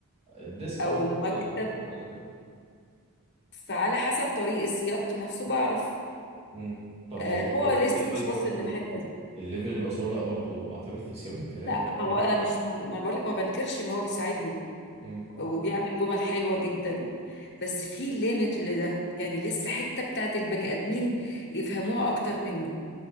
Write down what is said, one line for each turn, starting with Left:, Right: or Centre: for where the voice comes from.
Right: الديسك اه
Left: او
Right: مكتب
Left: مكتب
Right: اللي اتحط عليه كده
Left: فعلى حسب طريق السياق نفسه بعرف
Right: امم طب
Left: آه
Right: ما برضه
Left: هو لسه
Right: الاي اي
Left: مش
Right: برضه
Left: واصل للحته دي
Right: الليفل اللي وصله لا برضه اعتقد في سياق الكلام
Left: لا
Right: يقدر
Left: هو
Right: يحط
Left: انا مش ما بقولك ما بنكرش ان هو بيساعدني
Right: امم
Left: وبيعمل جمل حلوة جدا بس في ليميت لده يعني لسه حتة بتاعت البني آدمين يفهموها أكتر منه